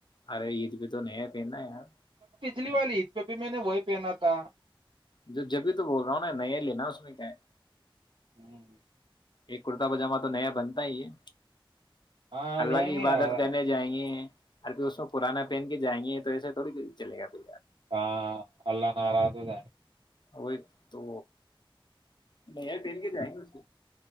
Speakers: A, on the left; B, on the right.
A: ارے عید پہ تو نہیں پہننا ہے یار
B: بجلی والی اس پہ بھی میں نے وہی پہنا تھا
A: جو جب بھی تو بول رہا ہوں نا نیا لینا اس میں کیا ہے
B: ہوں
A: ایک کررتا پجاما تو نیا بنتا ہی یہ
B: ہاں
A: اللہ
B: لیں
A: کی
B: گے
A: عبادت
B: یار
A: کرنے جائیں گے ار پ اس میں پرانا پہن کے جائیں گے تو ایسا تھوڑی چلے گا پی
B: ہاں اللہ ناراض د
A: وہ تو نہیںار پہن کے جائیں گے اس